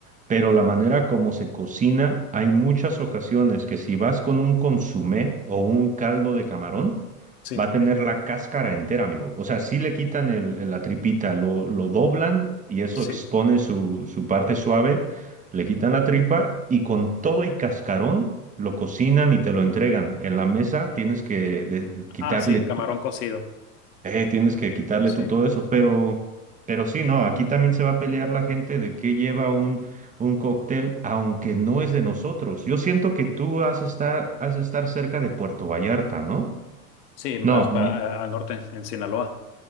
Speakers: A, on the right (about 15°); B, on the left (about 75°).
A: pero la manera como se cocina, hay muchas ocasiones que si vas con un consomé o un caldo de camarón,
B: Sí.
A: va a tener la cáscara entera, amigo. O sea, si le quitan el- el- la tripita, lo, lo doblan y eso expone
B: Sí.
A: su, su parte suave, le quitan la tripa y con todo y cascarón lo cocinan y te lo entregan. En la mesa tienes que de- quitarle
B: Ah, sí, camarón cocido.
A: eh, tienes que quitarle
B: Sí.
A: tú todo eso, pero, pero sí, no, aquí también se va a pelear la gente de qué lleva un, un cóctel, aunque no es de nosotros. Yo siento que tú has de estar, has de estar cerca de Puerto Vallarta, ¿no?
B: Sí, más
A: No,
B: para
A: Bien.
B: eh, al norte, en Sinaloa.